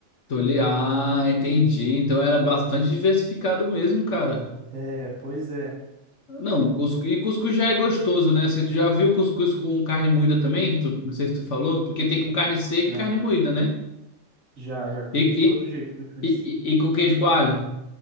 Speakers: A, on the left; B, on the right.
A: tô ali, ah, entendi, então era bastante diversificado mesmo, cara.
B: É, pois é.
A: Não, cuscuz, e cuscuz já é gostoso, né? Assim, tu já viu cuscuz com carne moída também? Tu, não sei se tu falou, porque tem com carne seca
B: Já,
A: e carne moída, né?
B: já, já comi
A: E,
B: de todo
A: e,
B: jeito cuscuz.
A: e, e e com queijo coalho?